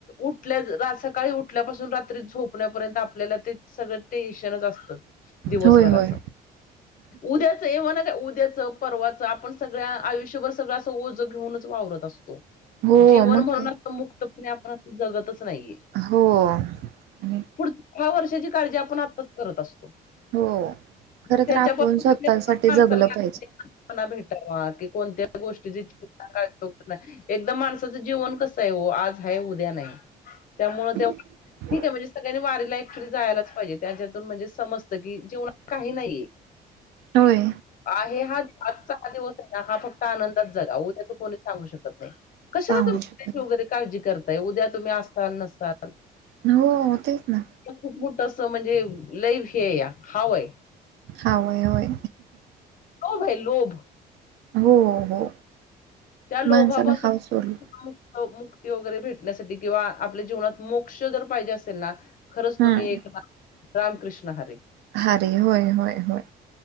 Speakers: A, on the left; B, on the right.
A: उठल्या सकाळी उठल्यापासून रात्री झोप पुण्यापर्यंत आपल्याला ते सगळं टेन्शनच असतं दिवसभराच
B: होय होय
A: उद्या एव्हाना काय उद्याचं परवाचं आपण सगळ्या आयुष्यभर सगळं असं ओझं घेऊनच वावरत असतो
B: हो
A: जीवन
B: मग
A: म्हणून
B: काय
A: असं मुक्तपणे आपण असं जगतच नाहीये
B: हो आणि
A: पुढच्या वर्षाची काळजी आपण आताच करत असतो
B: हो
A: त्याच्याून
B: खर तर आपण स्वतःसाठी
A: माणसा
B: जगलं
A: <unintelligible>
B: पाहिजे
A: कोना भेटावा की कोणत्या गोष्टीची <unintelligible> चचिंता कातोक एकदम माणसाचं जीवन कसं आहे ओ आज ह उद्या नाही त्यामुळे त्या
B: <unintelligible>
A: ठीक आहे म्हणजे सगळ्यांनी वारीला अँक्च्युली जायलाच पाहिजे त्याच्यातून म्हणजे समजतं की जेवना काही नाहीये
B: होय
A: आहे हा आजचा हा दिवस आहे ना हा फक्त आनंदा जगा उद्या तर कोणी सांगू शकत नाही कशाला
B: सांगू
A: तुम्हीची
B: शकत
A: ऊद्याची वगैरे काळजी करताय उद्या तुम्ही असाल नसताल
B: नाही हो तेच ना
A: खूप मोठ <unintelligible> अस म्हणजे लैफ हे या हाव आहे
B: हा वय होय
A: लोभ आहे लोभ.
B: हो हो
A: त्या लोभापासून
B: माणसानं हाव सोडली
A: मुक्ती वगैरे भेटण्यासाठी किंवा आपल्या जीवनात मोक्ष जर पाहिजे असेल ना खरंच तुम्ही
B: हम्म
A: एक रामकृष्ण हरे
B: हरे होय होय होय